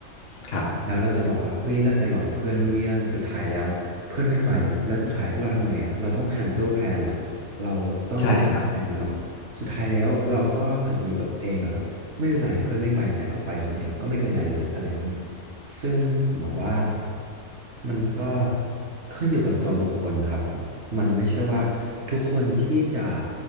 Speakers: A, on the left; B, on the right.
A: ครับ
B: แล้วเราจะบอกว่าเฮ้ยเราจะหลอกเพื่อนนู่นนี่นั่นสุดท้ายแล้วเพื่อนไม่ไปแล้วสุดท้ายเราทำไงอ่ะเราต้องแคนเซิลแพลนเหรอเราต้องยกเลิกแพลนนี้เหรอ
A: ใช่ครับ
B: สุดท้ายแล้วเราก็อาจจะอยู่กับตัวเองแล้วก็ไม่เป็นไรเพื่อนไม่ไปแต่เราไปคนเดียวก็ไม่เป็นไรเลยอะไรอย่างนี้ซึ่งผมมองว่ามันก็ขึ้นอยู่กับตัวบุคคลครับผม มันไม่ใช่ว่าทุกคนที่จะ